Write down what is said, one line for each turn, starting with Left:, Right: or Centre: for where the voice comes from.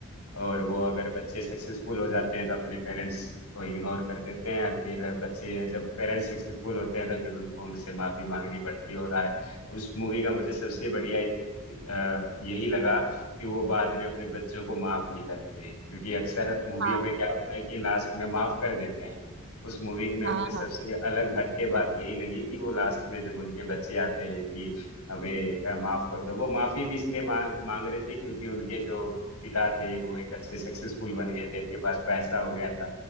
Left: और वो अगर बच्चे सक्सेसफुल हो जाते हैं तो अपने पेरेंट्स को इग्नोर कर देते हैं और फिर बच्चे जब पेरेंट्स सक्सेसफुल होते हैं तो फिर उनको उनसे माफी मांगनी पड़ती है और आ, उस मूवी का मुझे सबसे बढ़िया अ, यही लगा कि वो बाद में अपने बच्चों को माफ नहीं करते हैं क्योंकि अक्सर मूवियों
Right: हाँ
Left: में क्या होता है कि लास्ट में माफ कर देते हैं उस मूवी में
Right: हाँ
Left: मुझे सबसे
Right: हाँ
Left: अलग हटके बात यही लगी कि वो लास्ट में जब उनके बच्चे आते हैं कि हमें अ, माफ कर दो वो माफी भी इसलिए मांग मांग रहे थे क्योंकि उनके जो पिता थे वो एक अच्छे सक्सेसफुल बन गए थे उनके पास पैसा हो गया था